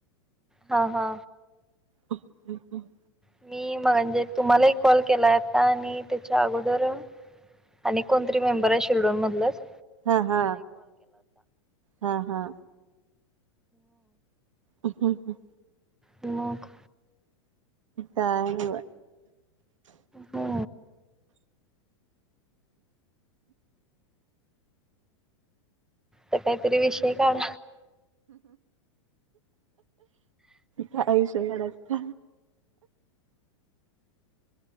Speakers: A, in the centre; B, on the right.
A: हा हा.
B: हम् हम्.
A: मी मग म्हणजे तुम्हाला एक कॉल केलाय आता आणि त्याच्या अगोदर आणि कोणतरी मेंबर आहे शिरडून म स
B: हा हा हा हा हम् हम्
A: नग
B: काय
A: हो त कायतरी विषय काढ
B: काही सगचत